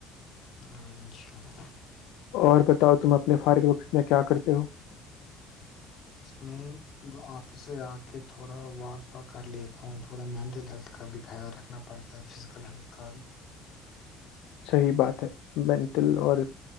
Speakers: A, on the left; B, on the left.
A: ہاں انشاء اللہ
B: اور بتاؤ تم اپنے فارغ وقت میں کیا کرتے ہو
A: اس میں آپس سے آ کے تھوڑا واک و کر لیتا ہوں تھوڑا مینٹل ہیلتھ کا بھی خیال رکھنا پڑتا ہے فزیکل ہیلتھ کا بھی
B: صحیح بات ہے مینٹل اور